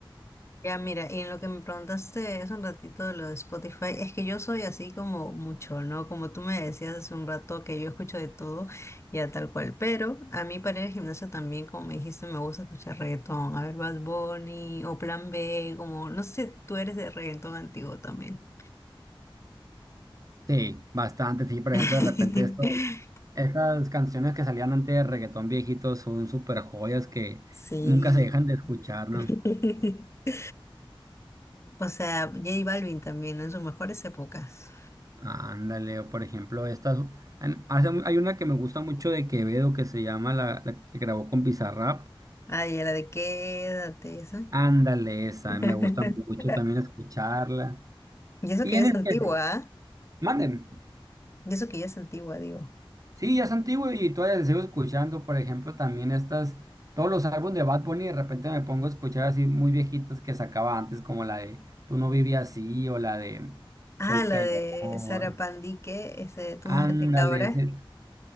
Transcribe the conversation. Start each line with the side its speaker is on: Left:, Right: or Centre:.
Left: Ya, mira, y en lo que me preguntaste hace un ratito de lo de Spotify, es que yo soy así como mucho, ¿no? Como tú me decías hace un rato que yo escucho de todo, ya tal cual. Pero a mí para ir al gimnasio también, como me dijiste, me gusta escuchar reggaetón. A ver, Bad Bunny o Plan B, como, no sé, tú eres de reggaetón antiguo también.
Right: Sí, bastante. Sí, por
Left: <laughs>
Right: ejemplo, de repente esto, estas canciones que salían antes de reggaetón viejitos son súper joyas que
Left: Sí.
Right: nunca se dejan de escuchar, ¿no?
Left: <laughs> O sea, J Balvin también, ¿no? en sus mejores épocas.
Right: Ándale, o por ejemplo, estas, han- hace mu- hay una que me gusta mucho de Quevedo que se llama la, la que grabó con Bizarrap.
Left: Ay, y la de quédate, esa.
Right: Ándale, esa,
Left: <laughs>
Right: me gusta mucho también escucharla.
Left: Y eso
Right: Y
Left: que
Right: en
Left: ya es
Right: el
Left: antigua, ¿ah?
Right: manden,
Left: Y eso que ya es antigua, digo.
Right: sí, ya es antiguo y todavía la sigo escuchando, por ejemplo, también estas, todos los álbumes de Bad Bunny, de repente me pongo a escuchar así muy viejitas que sacaba antes, como la de Tú no vivías así o la de Soy
Left: Ah,
Right: peor.
Left: la de Sara Pandique, ese Tú
Right: Ándale,
Left: no me cabra.
Right: sí,